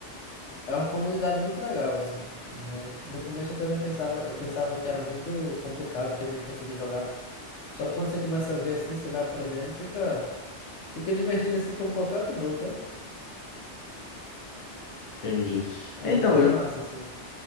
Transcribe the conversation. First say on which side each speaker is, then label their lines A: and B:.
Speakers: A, on the left; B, on the left.
A: É uma comunidade muito legal, assim. É, no começo eu também pensava, eu pensava que era muito complicado, que eu não ia conseguir jogar. Só que quando você começa a ver assim, você vai aprendendo, fica, fica divertido assim como qualquer outro jogo, sabe?
B: Entendi.
A: É
B: É,
A: um
B: então,
A: jogo
B: eu,
A: em massa, assim.